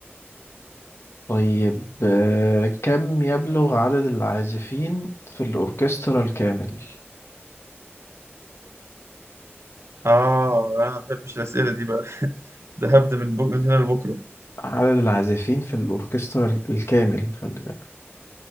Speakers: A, on the left; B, on the right.
A: طيب آه، كم يبلغ عدد العازفين في الأوركسترا الكامل؟
B: اه انا ما بحبش الاسئله دي بقى ده هبدا من, بك... من هنا لبكره
A: عدد العازفين في الأوركسترا الكامل خلي بالك